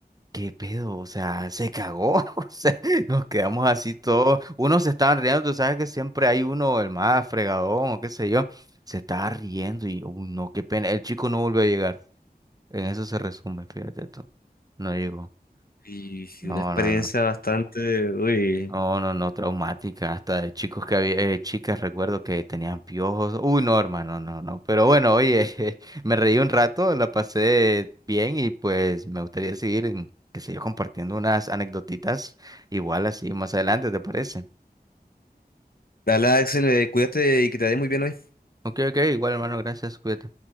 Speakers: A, on the right; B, on the left.
A: ¿qué pedo? O sea, se cagó. <laughs> O sea, nos quedamos así todos. Unos se estaban riendo, tú sabes que siempre hay uno, el más fregadón o qué sé yo, se estaba riendo y, uy, no, qué pena. El chico no volvió a llegar. En eso se resume, fíjate tú. No llegó.
B: y sí,
A: No,
B: una experiencia
A: no, no.
B: bastante, uy.
A: No, no, no, traumática, hasta de chicos que había, eh, chicas recuerdo que tenían piojos. Uy, no, hermano, no, no. Pero bueno, oye, <laughs> me reí un rato, la pasé bien y pues me gustaría seguir, en, qué sé yo, compartiendo unas anecdotitas igual así más adelante, ¿te parece?
B: Dale, Axel, eh, cuídate y que te vaya muy bien hoy.
A: Ok, ok, igual hermano, gracias, cuídate.